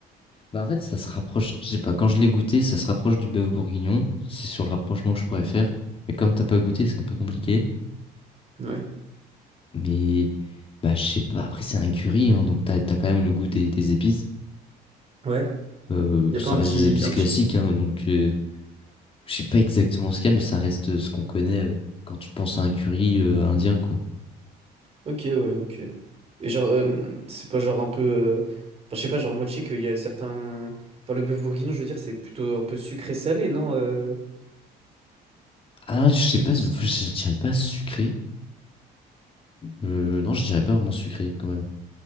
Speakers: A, on the left; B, on the right.
A: Bah, en fait, ça se rapproche, je sais pas, quand je l'ai goûté, ça se rapproche du bœuf bourguignon. C'est sur le rapprochement que je pourrais faire. Mais comme t'as pas goûté, c'est un peu compliqué.
B: Ouais.
A: Mais, bah, je sais pas, après, c'est un curry, hein, donc t'as, t'as quand même le goût des, des épices.
B: Ouais.
A: Euh,
B: Y a
A: ça
B: pas un
A: reste
B: petit,
A: des épices
B: un
A: classiques,
B: petit
A: hein, donc euh, Je sais pas exactement ce qu'il y a, mais ça reste euh, ce qu'on connaît euh, quand tu penses à un curry euh, indien, quoi.
B: Ok, ouais, ok. Et genre, euh, c'est pas genre un peu. euh, Enfin, je sais pas, genre, moi, je sais qu'il y a certains. Enfin, le bœuf bourguignon, je veux dire, c'est plutôt un peu sucré-salé, non? euh,
A: Ah, je sais
B: Du
A: pas,
B: coup,
A: je
B: c'est-
A: je dirais pas sucré. Euh, non, je dirais pas vraiment sucré quand même.